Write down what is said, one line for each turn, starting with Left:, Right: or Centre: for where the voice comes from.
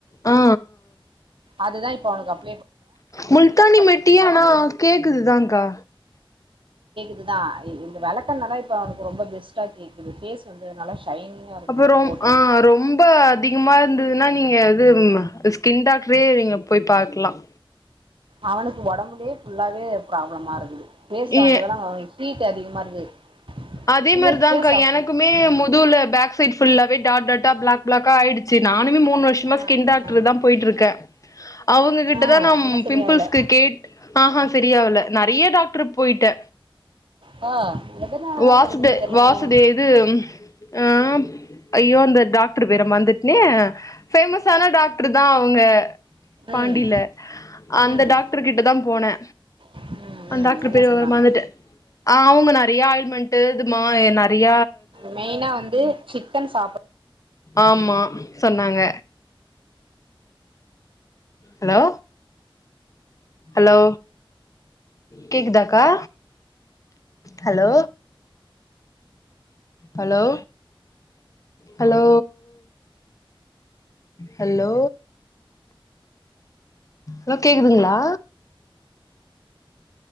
Left: ஆ
Right: அது தான் போணக்கப்
Left: முல்த்தானி மெட்டியும் ஆனா கேக்குதுதாக்கா
Right: இது தான் இந்த விளக்கண்ணல்லா இப்ப அவனு ரொம்ப பெஸ்ட்டா கேக்குது பேஸ் வந்து நல்லா ஷைனிங்காக இருக்கும்
Left: இப்ப
Right: அது
Left: ரொம்
Right: போட்டோம்னா
Left: ஆ ரொம்ப அதிகமா இருந்ததுன்னா நீங்க இது ஸ்கின் டாக் டரே நுங்க போய் பாக்கலாம்
Right: அவனுக்கு உடம்புலயே ஃபுல்லாவே ப்ராப்ளமா இருக்குது ஃபேஸில்
Left: ஏ
Right: வந்ததெல்லாம் அவனுக்கு ஹீட் அதிகமாக இருக்குது
Left: அதே
Right: குளிர்ச்சியாக
Left: மாதிரிதான்க்கா
Right: சாப்பிடணும்
Left: எனக்குமே
Right: ம்
Left: முதுவுல பேக் சைட் ஃபுல்லாவே பிளாக் பிளாக் ஆயிடு சரி நானே மூனு வருஷமா
Right: ஆ
Left: ஸ்கின் டாக்டர்
Right: ஆ
Left: தா போயிட்டு இருக்கே அவுங்ககிட்ட
Right: ஆ
Left: தா நா
Right: என்ன சரியாகல
Left: பிம்பிள்ஸ்கு கேட்டு ஆஹ சரியாவல நெறய டாக்டர் போயிட்டே
Right: ஆ எதனால தான்
Left: வாசுத
Right: வருதுன்னு தெரியல
Left: வாசத
Right: மையம்
Left: இது ஆ ஐயோ அந்த டாக்டர் பேற மறந்துட்டுடேனே ஃபேமஸான டாக்டர் தா அவுங்க பாண்டில
Right: ம்
Left: அந்த
Right: ம்
Left: டாக்டர் கிட்ட தா போனே
Right: ம்
Left: அ
Right: ம்
Left: டாக்டர்
Right: என்ன
Left: பேர
Right: சொன்னாங்க
Left: வேற மறந்துட்டே அவுங்க நெறய ஆயி மண்டு இதுமா நெறய
Right: மெயினா வந்து சிக்கன் சாப்பிடு
Left: ஆமா சொன்னாங்க ஹலோ ஹலோ கேக்குதாக்கா hello hello hello hello hello கேக்குதுங்ளா